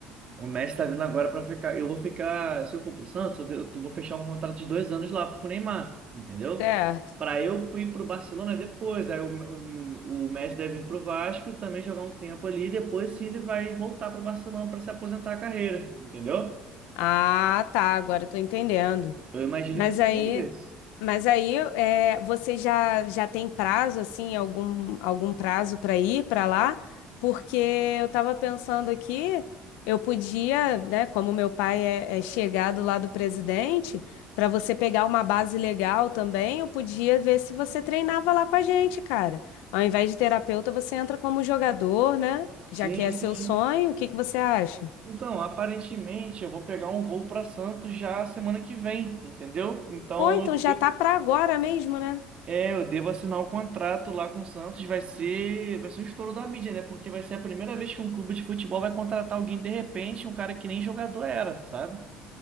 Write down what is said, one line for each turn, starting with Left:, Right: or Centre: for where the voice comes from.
Right: O Messi tá vindo agora pra ficar. Eu vou ficar. Se eu for pro Santos, eu de- eu vou fechar um contrato de dois anos lá pro Neymar, entendeu?
Left: Certo.
Right: Pra eu ir pro Barcelona depois. Aí o, o, o Messi deve ir pro Vasco também jogar um tempo ali. Depois sim ele vai voltar pro Barcelona pra se aposentar a carreira, entendeu?
Left: Ah, tá, agora eu tô entendendo.
Right: Eu imagino
Left: Mas
Right: que seja
Left: aí,
Right: isso.
Left: mas aí é, você já, já tem prazo, assim, algum, algum prazo para ir para lá? Porque eu estava pensando aqui, eu podia, né, como meu pai é, é chegado lá do presidente, para você pegar uma base legal também, eu podia ver se você treinava lá com a gente, cara. Ao invés de terapeuta, você entra como jogador, né? Já
Right: Sim,
Left: que é
Right: sim.
Left: seu sonho, o que que você acha?
Right: Então, aparentemente eu vou pegar um voo para Santos já semana que vem, entendeu? Então
Left: Pô, então já
Right: eu
Left: tá para agora mesmo, né?
Right: É, eu devo assinar o contrato lá com o Santos. Vai ser, vai ser um estouro da mídia, né? Porque vai ser a primeira vez que um clube de futebol vai contratar alguém de repente, um cara que nem jogador era, sabe?